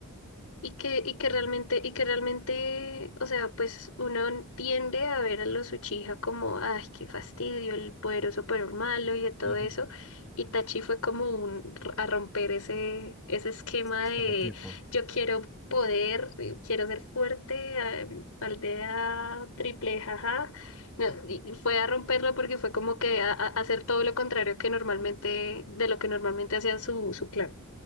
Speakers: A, on the left; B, in the centre.
A: Y que, y que
B: Sí.
A: realmente, y que realmente, o sea, pues uno tiende a ver a los Uchiha como, ay, qué fastidio, el poderoso pero el malo y de todo
B: Ujú.
A: eso. Y Tachi fue como un, a romper ese, ese esquema
B: Estereotipo.
A: de yo quiero poder, eh, quiero ser fuerte, ah, aldea triple, jaja. No, y
B: Mm.
A: fue a romperlo porque fue como que a, a- a hacer todo lo contrario que normalmente, de lo que normalmente hacía su, su clan.